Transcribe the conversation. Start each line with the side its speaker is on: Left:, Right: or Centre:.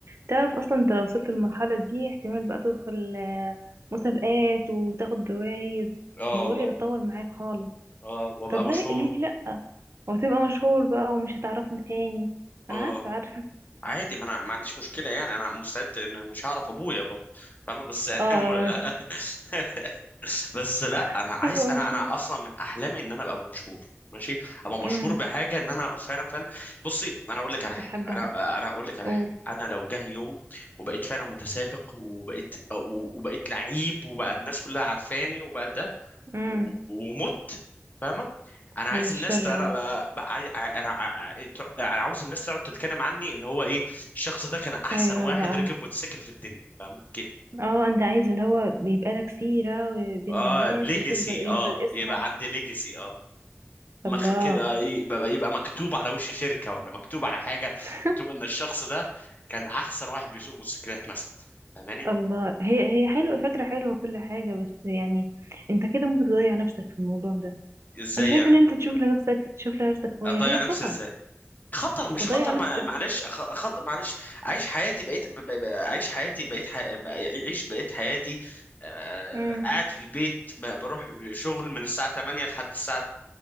Right: تعرف اصلا انت لو وصلت للمرحلة دي احتمال بقى تدخل آه، مسابقات وتاخد جوائز
Left: آه
Right: الموضوع
Left: والله
Right: يتطور معاك خالص
Left: آه وأبقى
Right: طب
Left: مشهور
Right: ليه ليه لا وتبقى مشهور بقى ومش هتعرفنا تاني انا
Left: آه
Right: عارفة عارفة
Left: عادي ما انا ما عنديش مشكله يعني انا مستعد انا مش هعرف ابويا برضه فاهمه بس يعني
Right: <laughs> اه
Left: الم-
Right: انا بت-
Left: <laughs> بس لا
Right: <laughs>
Left: انا عايز
Right: هبقى
Left: انا
Right: مشهور
Left: انا اصلا من احلامي ان انا ابقى مشهور ماشي ابقى
Right: امم
Left: مشهور بحاجه ان انا فعلا فعلا بصي انا اقول لك على حاجه
Right: بتحبها
Left: انا انا اقول لك على
Right: قول
Left: حاجه انا لو جه يوم وبقيت فعلا متسابق وبقيت وبقيت لعيب وبقى الناس كلها عارفاني وبقى ده
Right: امم
Left: و- ومت فاهمه انا عايز
Right: بالشر
Left: الناس ترى
Right: اه
Left: بقى- عاي- انا ع- انا عاوز الناس تقعد تتكلم عني ان هو ايه الشخص ده كان احسن
Right: ايوه
Left: واحد
Right: بقى
Left: ركب موتوسيكل في الدنيا فاهمه كده
Right: اه انت عايز اللي هو بيبقى لك سيرة بين
Left: اه
Right: الناس
Left: ليجاسي
Right: وتفضل
Left: اه
Right: يفضل اسمك
Left: يبقى عندي ليجاسي اه مخ
Right: الله
Left: كده يبقى يبقى مكتوب على وش شركه ولا مكتوب على حاجه
Right: <laughs>
Left: مكتوب ان الشخص ده كان احسن واحد بيسوق موتوسيكلات مثلا فاهماني
Right: الله هي هي حلوة فكرة حلوة كل حاجة بس يعني انت كده ممكن تضيع نفسك في الموضوع ده
Left: ازاي
Right: انا شايف
Left: يعني
Right: ان انت تشوف لنفسك تشوف لنفسك هواية
Left: اضيع
Right: هي
Left: نفسي
Right: خطر
Left: ازاي خطر مش
Right: تضيع
Left: خطر
Right: نفسك
Left: ما معلش خ... خ... معلش عيش حياتي بقيت ب... ب... ب- عيش حياتي بقيت ح... ب- عيش بقيت حياتي آه...
Right: امم
Left: قاعد في البيت ب... بروح شغل من الساعة 8 لحد الساعة